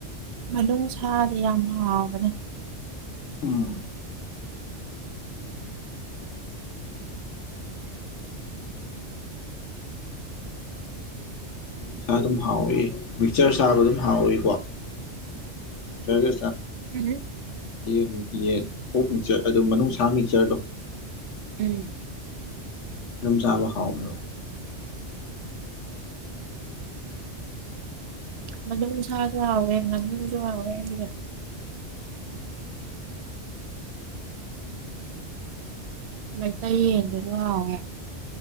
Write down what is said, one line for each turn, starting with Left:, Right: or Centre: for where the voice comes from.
Right: ꯃꯅꯨꯡꯁꯥꯗꯤ ꯌꯥꯝ ꯍꯥꯎꯕꯅꯦ
Left: ꯑꯥ ꯅꯨꯡꯁꯥ ꯑꯗꯨꯝ ꯍꯥꯎꯏ ꯃꯤꯛꯆꯔ ꯆꯥꯕ ꯑꯗꯨꯝ ꯍꯥꯎꯏꯀꯣ ꯃꯤꯛꯆꯔꯒ
Right: ꯎꯝ
Left: ꯌꯦꯟ ꯌꯦꯟ ꯑꯣꯛ ꯃꯤꯛꯆꯔ ꯑꯗꯨ ꯃꯅꯨꯡꯁꯥ ꯃꯤꯛꯆꯔꯗꯣ
Right: ꯎꯝ
Left: ꯑꯗꯨꯝꯆꯕ ꯍꯥꯥꯎꯋ ꯃꯣ
Right: ꯃꯅꯨꯡꯁꯥꯁꯨ ꯍꯥꯎꯋꯦ ꯉꯥꯅꯨꯁꯨ ꯍꯥꯎꯋꯦ ꯑꯩꯁꯦ ꯃꯩ ꯇꯩ ꯌꯦꯟꯗꯨꯁꯨ ꯍꯧꯑꯦ